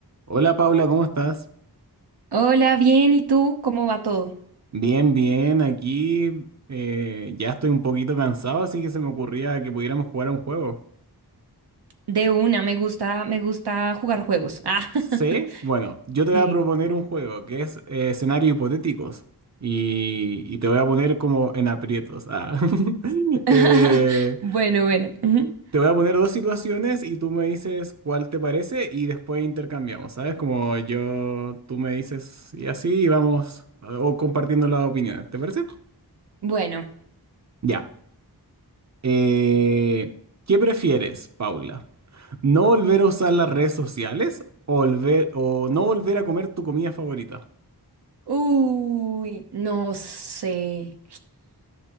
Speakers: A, on the right; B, on the right.
A: Hola Paula, ¿cómo estás?
B: Hola, bien, ¿y tú? ¿Cómo va todo?
A: Bien, bien, aquí eh, ya estoy un poquito cansado, así que se me ocurría que pudiéramos jugar a un juego.
B: De una, me gusta, me gusta jugar juegos. Ah.
A: Sí,
B: <laughs>
A: bueno, yo te
B: Sí.
A: voy a proponer un juego que es eh, escenarios hipotéticos y, y te voy a poner como en aprietos. ah. <laughs>
B: <laughs>
A: Eh,
B: Bueno, bueno. ujú.
A: te voy a poner dos situaciones y tú me dices cuál te parece y después intercambiamos, ¿sabes? Como yo, tú me dices y así vamos o compartiendo las opiniones, ¿te parece?
B: Bueno.
A: Ya. Eh, ¿qué prefieres, Paula? ¿No volver
B: mm.
A: a usar las redes sociales o, volver, o no volver a comer tu comida favorita?
B: Uy, no sé.